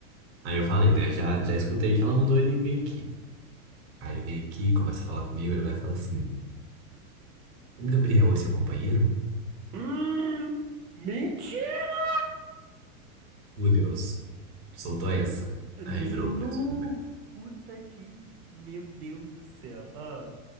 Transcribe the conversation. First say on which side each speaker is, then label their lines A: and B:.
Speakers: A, on the right; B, on the right.
A: Aí eu falei, né? Já, já escutei que ela mandou ele vir aqui. Aí ele vem aqui, começa a falar comigo, ele vai falar assim: O Gabriel é seu companheiro?
B: Hum, mentira!
A: Meu Deus, soltou essa.
B: No,
A: Aí ele virou "Gabriel é seu
B: puta que, meu Deus do céu. Ah.